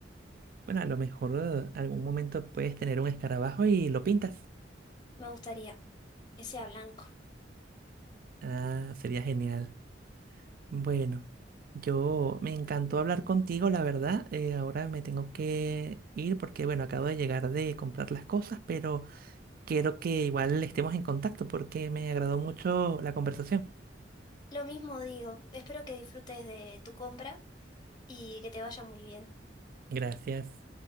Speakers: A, on the right (about 55°); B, on the left (about 25°).
A: Bueno, a lo mejor eh, algún momento puedes tener un escarabajo y lo pintas.
B: Me gustaría que sea blanco.
A: Ah, sería genial. Bueno, yo me encantó hablar contigo, la verdad. Eh, ahora me tengo que ir porque, bueno, acabo de llegar de comprar las cosas, pero quiero que igual estemos en contacto porque me agradó mucho la conversación.
B: Lo mismo digo, espero que disfrutes de tu compra y que te vaya muy bien.
A: Gracias.